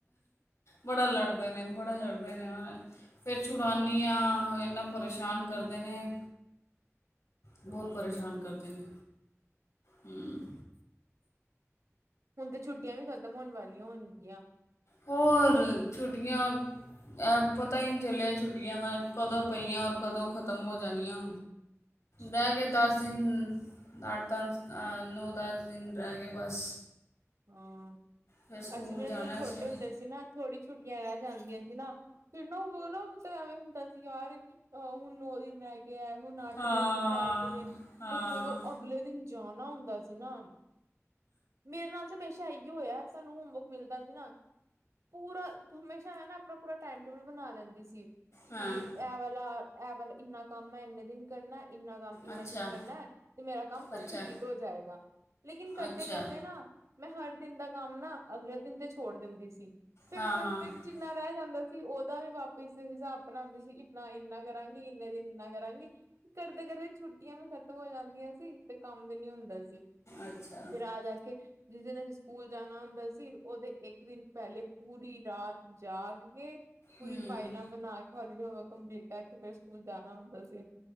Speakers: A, on the left; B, on the right.
A: ਬੜਾ ਲੜਦੇ ਨੇ, ਬੜਾ ਲੜਦੇ ਨੇਂ। ਫ਼ਿਰ ਛੁਡਾਨੀ ਆ। ਏਨਾ ਪ੍ਰੇਸ਼ਾਨ ਕਰਦੇਂ ਨੇਂ। ਬਹੁਤ
B: ਓਹੋ
A: ਪ੍ਰੇਸ਼ਾਨ ਕਰਦੇਂ ਨੇਂ। ਹੂੰ।
B: ਹੁਣ ਤਾਂ ਛੁੱਟੀਆਂ ਵੀ ਖ਼ਤਮ ਹੋਣ ਵਾਲ਼ੀਆਂ ਹੋਣਗੀਆਂ।
A: ਹੋਰ ਛੁੱਟੀਆਂ ਐਂ ਪਤਾਂ ਹੀ ਨ੍ਹੀਂ ਚੱਲਿਆ ਛੁੱਟੀਆਂ ਦਾ ਕਦੋਂ ਪਈਆਂ ਔਰ ਕਦੋਂ ਖ਼ਤਮ ਹੋ ਜਾਣੀਆਂ।
B: ਅੱਛਾ।
A: ਰਹਿ ਗਏ ਦਸ ਦਿਨ। ਅੱਠ ਦਹ ਨੌਂ ਦਸ ਦਿਨ ਰਹਿ ਗਏ ਬਸ।
B: ਹਾਂ।
A: ਫਿਰ ਸਕੂਲ
B: ਅਸੀਂ ਵੀ
A: ਜਾਣਾ
B: ਜਦੋਂ ਛੋਟੇ
A: ਇਸ ਵਾਰ
B: ਹੁੰਦੇ ਸੀ। ਨਾ ਥੋੜ੍ਹੀ। ਛੁੱਟੀਆਂ ਰਹਿ ਜਾਂਦੀਆਂ ਸੀ। ਨਾ ਫਿਰ ਨਾ ਮਤਲਬ ਐਵੇਂ ਹੁੰਦਾਂ ਸੀ। ਯਾਰ ਅ ਹੁਣ ਨੌ ਦਿਨ ਰਹਿ ਗਏ। ਆ ਹੁਣ ਅੱਠ
A: ਹਾਂ
B: ਦਿਨ। ਸੱਤ ਦਿਨ ਫ਼ਿਰ
A: ਹਾਂ।
B: ਜਦੋਂ ਅਗਲੇ ਦਿਨ ਜਾਣਾਂ ਹੁੰਦਾ। ਅਸੀਂ ਨਾ। ਮੇਰੇ ਨਾਲ਼। ਚਾਹੀਓ ਹੋਇਆਂ ਸਾਂਨੂੰ ਹੋਮਵਰਕ ਮਿਲ਼ਦਾ ਸੀ ਨਾ ਪੂਰਾਂ ਹਮੇਸ਼ਾ ਮੈਂ ਨਾ ਆਪਣਾਂ ਪੂਰਾਂ ਟਾਇਮ ਟੇਬਲ ਬਣਾਂ ਲੈਂਦੀ ਸੀ।
A: ਹਾਂ
B: ਕਿ ਐਂ ਵਾਲਾਂ ਐਂ ਵਾਲੇ। ਇੰਨਾਂ ਕੰਮ ਮੈਂ ਇੰਨੇਂ ਦਿਨ ਕਰਨਾਂ ਐਂ। ਇੰਨਾਂ ਕੰਮ ਇੰਨੇਂ
A: ਅੱਛਾ
B: ਦਿਨ ਕਰਨਾਂ ਐਂ। ਤੇ ਮੇਰਾ ਕੰਮ ਕੰਮਪਲੀਟ
A: ਅੱਛਾ
B: ਹੋ ਜਾਏਂਗਾ। ਲ਼ੇਕਿਨ ਕਰਦੇਂ
A: ਅੱਛਾ
B: ਕਰਦੇਂ ਨਾ। ਹਰ ਦਿਨ ਦਾ ਕੰਮ ਨਾ ਅਗਲੇ ਦਿਨ ਤੇ ਛੋੜ ਦਿੰਦੀ ਸੀ। ਫ਼ਿਰ
A: ਹਾਂ
B: ਮੈਂ
A: ਹਾਂ
B: ਜਿੰਨਾਂ ਰਹਿ ਜਾਂਦਾਂ। ਸੀ। ਉਹਦਾ ਵੀ ਵਾਪਿਸ। ਫਿਰ ਹਿਸਾਬ ਬਣਾਉਂਦੇ ਸੀ। ਕਿੰਨਾਂ ਇੰਨਾਂ ਕ ਕਰਾਂਗੀ ਕਿੰਨੇਂ ਦਿਨ। ਕਰਾਂਗੀ। ਕਰਦੇਂ ਕਰਦੇਂ ਛੁੱਟੀਆਂ ਵੀ ਖ਼ਤਮ ਹੋ ਜਾਂਦੀਆਂ ਸੀ। ਤੇ ਕੰਮ ਵੀ ਨੀਂ ਹੁੰਦਾਂ ਸੀ।
A: ਅੱਛਾ
B: ਫ਼ਿਰ ਆ ਜਾਂ ਕੇ। ਜਿਸ ਦਿਨ ਅਸੀਂ ਸਕੂਲ ਜਾਣਾਂ ਹੁੰਦਾਂ ਸੀ। ਉਹਦੇ ਇੱਕ ਦਿਨ ਪਹਿਲੇ ਪੂਰੀ ਰਾਤ ਜਾਗ ਕੇ। ਪੂਰੀ
A: ਹੂੰ
B: ਫਾਈਲਾਂ ਬਣਾਂ ਕੇ ਹੋਲੀਡੇ ਹੋਮਵਰਕ। ਕੰਮਪਲੀਟ ਕਰਕੇ ਫ਼ਿਰ ਸਕੂਲ ਜਾਣਾਂ ਹੁੰਦਾਂ ਸੀ।